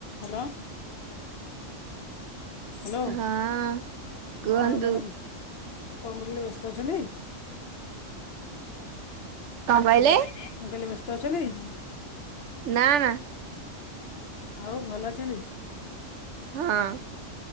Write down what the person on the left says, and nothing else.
Hello. Hello.
ହଁ,
ମ୍ୟାଡ଼ାମ କଣ କରଥିଲେ ବ୍ୟସ୍ତ ଅଛନ୍ତି?
ମୁଁ କହିଲେ ବ୍ୟସ୍ତ ଅଛନ୍ତି?
ଆଉ ଭଲ ଅଛନ୍ତି?